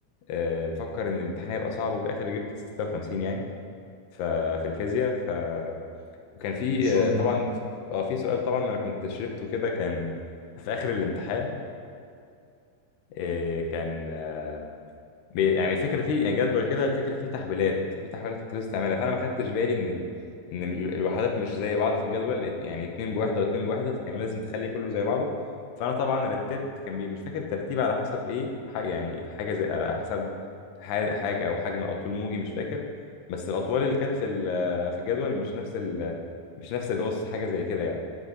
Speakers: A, on the left; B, on the right.
A: آه، مفكر ان الامتحان هيبقى صعب وفي الاخر جبت 56 يعني ففي الفيزياء ف وكان في
B: ما شاء
A: آه،
B: الله
A: طبعا اه في سؤال طبعا انا كنت شربته كده كان في اخر الامتحان آه، كان آه، بي- يعني الفكره فيه يعني جدول كده الفكره فيه تحويلات في تحويلات كنت لازم تعملها فانا ما خدتش بالي ان ال... ان ال- الوحدات مش زي بعض في الجدول ات- يعني اتنين بوحده واتنين بوحده فكان لازم تخلي كله زي بعضه فانا طبعا رتبت كان بي... مش فاكر الترتيب على حسب ايه ح... يعني حاجه زي على حسب ح- حاجه او حجم او طول موجي مش فاكر بس الاطوال اللي كانت في ال... في الجدول مش نفس ال... مش نفس القص حاجه زي كده يعني